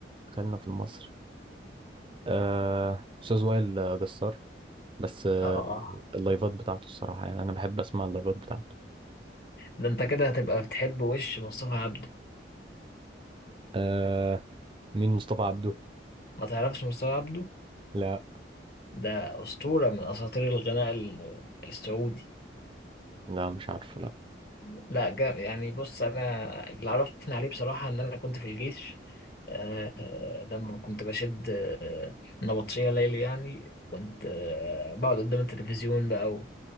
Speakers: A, on the right; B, on the left.
A: خلينا في المصري آه أستاذ وائل آه، جسار بس آه
B: آه
A: اللايفات بتاعته الصراحة يعني أنا بحب أسمع اللايفات بتاعته
B: ده أنت كده هتبقى بتحب وش مصطفى عبده
A: آه مين مصطفى عبده
B: ما تعرفش مصطفى عبده؟
A: لا
B: ده أسطورة من أساطير الغناء ال- السعودي
A: لا مش عارفه لا
B: لا جا يعني بص أنا اللي عرفني عليه بصراحة إن أنا كنت في الجيش آه لما كنت بشد نبطشية ليلي يعني كنت آه بقعد قدام التلفزيون بقى